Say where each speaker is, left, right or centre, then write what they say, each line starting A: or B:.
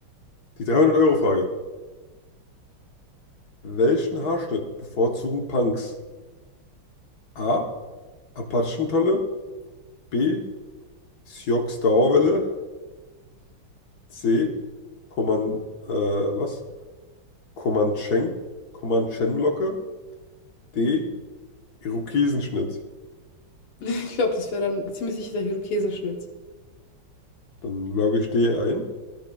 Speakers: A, on the left; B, on the left.
A: Die 300-Euro-Frage. Welchen Haarschnitt bevorzugen Punks? A. Apachentolle. B. Sioux Dauerwelle. C. Coman, äh, was? Comanchen, Comanchenlocke. D. Irokesenschnitt.
B: <laughs> Ich glaube, das wäre dann ziemlich sicher der Irokesenschnitz.
A: Dann logge ich D ein.